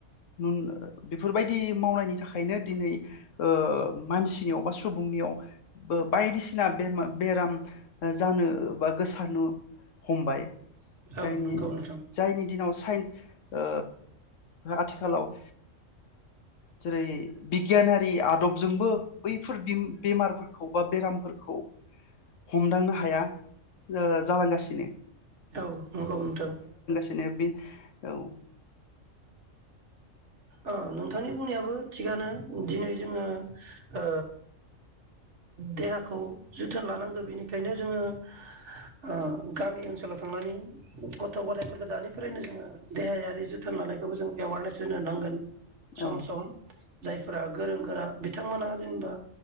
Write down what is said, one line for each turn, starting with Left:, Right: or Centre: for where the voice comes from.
Left: उम बेफोरबायदि मावनायनि थाखायनो दिनै ओ मानसिनियाव असुं नियाव बायदि सिना बेराम जानो बा गोसारनो हमबाय जायनि
Right: औ नंगौ नोंथां
Left: जायनि दिनाव फाइन ओ आथिखालाव ओ जेरै बिगियानारि आदबजोंबो बैफोर बेमारफोरखौ बा बेरामफोरखौ हमदांनो हाया ओ जालांगासिनो
Right: औ नोंगौ नोंथां
Left: बिदिनो बे औ
Right: ओ नोंथांनि बुंनायाबो थिगानो दिनै जोङो ओ देहाखौ जोथोन लानांगौ बिनिखायनो जोङो ओ गामि ओनसोलाव थांनानै गथ' गथायफोरखौ दानिफ्रायनो जोङो देहायारि जोथोन थोन लानायखौबो जों एवारनेस होनो नांगोन सम
Left: औ
Right: सम जाय फोरा गोरों गोरा बिथांमोनहा जेनेबा